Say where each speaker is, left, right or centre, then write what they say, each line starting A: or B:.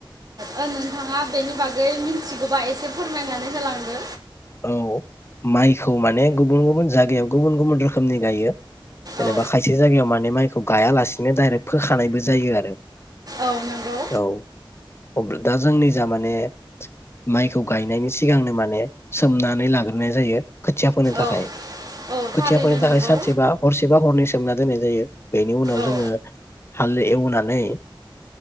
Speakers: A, on the right; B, on the left.
A: ओ नोंथाङा बेनि बागै मिथिगोबा एसे फोरमायनानै होलांदो।
B: औ माइखौ माने गुबुन गुबुन जागायाव गुबुन गुबुन रोखोमनि गायो। जेनेबा
A: औ
B: खायसे जायगायाव माने माइ खौ गायालासेनो दाइरेक्ट फोखानायबो जायो आरो
A: औ नंगौ।
B: औ अब्ला दा जोंनि जा माने माइखौ गायनायनि सिगांनो माने सोमनानै लाग्रोनाय जायो। खोथिया फोनो थाखाय
A: औ औ थारैनो
B: खोथिया फोनो
A: नंगौ
B: थाखाय सानसेबा हरसेबा हरनै खोबना दोननाय जायो। बेनि उनाव
A: औ
B: जोङो हाल एवनानै